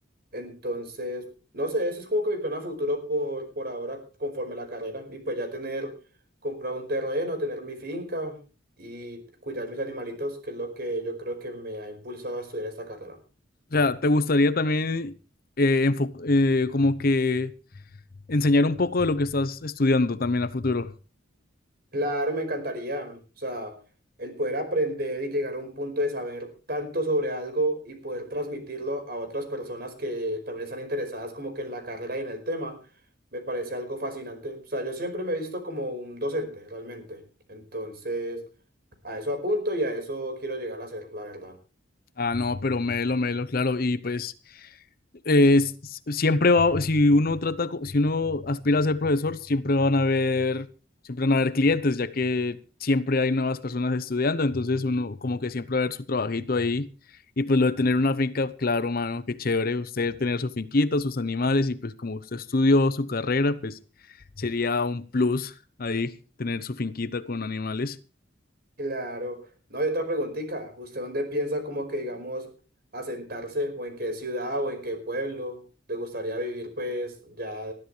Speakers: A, on the right; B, on the left.
A: Entonces, no sé, ese es como que mi plan a futuro por, por ahora conforme a la carrera y pues ya tener, comprar un terreno, tener mi finca y cuidar mis animalitos, que es lo que yo creo que me ha impulsado a estudiar esta carrera.
B: O sea, ¿te gustaría también eh, enfo- eh, como que enseñar un poco de lo que estás estudiando también a futuro?
A: Claro, me encantaría. mm, O sea, el poder aprender y llegar a un punto de saber tanto sobre algo y poder transmitirlo a otras personas que también están interesadas como que en la carrera y en el tema, me parece algo fascinante. O sea, yo siempre me he visto como un docente, realmente. Entonces, a eso apunto y a eso quiero llegar a ser, la verdad.
B: Ah, no, pero Melo, Melo, claro. Y pues eh, s- s- siempre va, si uno trata, co- si uno aspira a ser profesor, siempre van a haber, siempre van a haber clientes, ya que siempre hay nuevas personas estudiando, entonces uno como que siempre va a ver su trabajito ahí. Y pues lo de tener una finca, claro, mano, qué chévere, usted tener su finquita, sus animales, y pues como usted estudió su carrera, pues sería un plus ahí tener su finquita con animales.
A: Claro. No hay otra preguntita. ¿Usted dónde piensa como que, digamos, asentarse o en qué ciudad o en qué pueblo le gustaría vivir pues ya